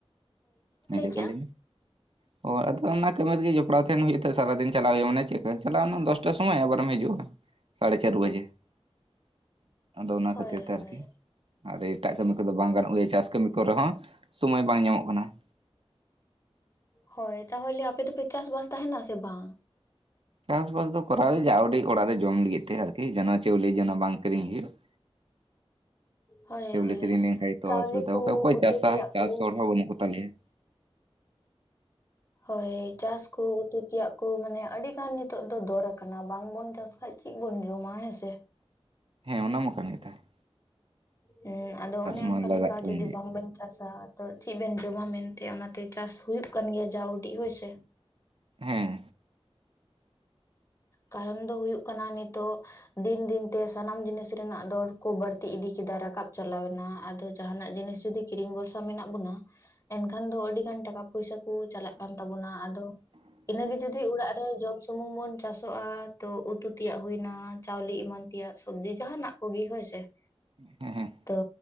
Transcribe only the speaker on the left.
ᱠᱮᱜᱼᱟ?
ᱦᱳᱭ
ᱦᱳᱭ
ᱦᱳᱭ ᱛᱟᱦᱚᱞᱮ ᱟᱯᱮ ᱫᱚ ᱯᱮ ᱪᱟᱥᱵᱟᱥ ᱛᱟᱦᱮᱱᱟ ᱥᱮ ᱵᱟᱝ?
ᱦᱳᱭ
ᱦᱳᱭ
ᱪᱟᱣᱞᱮ
ᱠᱚ
ᱩᱛᱩ
ᱛᱮᱭᱟᱜ
ᱠᱚ
ᱦᱳᱭ ᱪᱟᱥ ᱼᱼ ᱠᱚ ᱩᱛᱩ ᱛᱮᱭᱟᱜ ᱠᱚ ᱢᱟᱱᱮ ᱟᱹᱰᱤ ᱜᱟᱱ ᱱᱤᱛᱚᱜ ᱫᱚ ᱫᱚᱨ ᱟᱠᱟᱱᱟ ᱵᱟᱝ ᱵᱚᱱ ᱪᱟᱥ ᱠᱷᱟᱡ ᱪᱮᱫ ᱵᱚᱱ ᱡᱚᱢᱟ ᱦᱮᱸ ᱥᱮ ᱾
ᱦᱩᱸ ᱟᱫᱚ ᱚᱱᱮ
ᱚᱱᱠᱟ
ᱞᱮᱠᱟ
ᱡᱩᱫᱤ
ᱵᱟᱝ ᱵᱮᱱ ᱪᱟᱥᱼᱟ ᱼᱼ ᱛᱚ ᱪᱤᱫ ᱵᱮᱱ ᱡᱚᱢᱟ ᱢᱮᱱᱛᱮ ᱚᱱᱟᱛᱮ ᱪᱟᱥ ᱦᱩᱭᱩᱜ ᱠᱟᱱ ᱜᱮᱭᱟ ᱡᱟ ᱩᱰᱤᱜ ᱦᱳᱭ ᱥᱮ ᱾
ᱠᱟᱨᱚᱱ ᱫᱚ ᱦᱩᱭᱩᱜ ᱠᱟᱱᱟ ᱱᱤᱛᱳᱜ ᱼᱼ ᱫᱤᱱ ᱫᱤᱱᱛᱮ ᱥᱟᱱᱟᱢ ᱡᱤᱱᱤᱥ ᱨᱮᱱᱟᱜ ᱫᱚᱨ ᱠᱚ ᱵᱟᱹᱲᱛᱤ ᱤᱫᱤ ᱠᱮᱫᱟ ᱨᱟᱠᱟᱵ ᱪᱟᱞᱟᱣ ᱮᱱᱟ ᱟᱫᱚ ᱼᱼ ᱡᱟᱦᱱᱟᱜ ᱡᱤᱱᱤᱥ ᱡᱩᱫᱤ ᱠᱤᱨᱤᱧ ᱵᱷᱚᱨᱥᱟ ᱢᱮᱱᱟᱜ ᱵᱚᱱᱟ ᱮᱱᱠᱷᱟᱱ ᱫᱚ ᱟᱹᱰᱤ ᱜᱟᱱ ᱴᱟᱠᱟ ᱯᱚᱭᱥᱟ ᱼᱼ ᱠᱩ ᱪᱟᱞᱟᱜ ᱠᱟᱱ ᱛᱟᱵᱚᱱᱟ ᱟᱫᱚ ᱤᱱᱟᱹᱜᱮ ᱡᱩᱫᱤ ᱚᱲᱟᱜ ᱨᱮ ᱡᱚᱢ ᱥᱩᱢᱩᱝ ᱵᱚᱱ ᱪᱟᱥ ᱼᱼ <unintelligible> ᱛᱚ ᱩᱛᱩ ᱛᱮᱭᱟᱜ ᱦᱩᱭᱱᱟ ᱪᱟᱣᱞᱮ ᱮᱢᱟᱱ ᱛᱮᱭᱟᱜ ᱥᱚᱵᱡᱤ ᱡᱟᱦᱟᱱᱟᱜ ᱠᱚ ᱜᱤ ᱦᱳᱭ ᱥᱮ ᱾
ᱛᱚ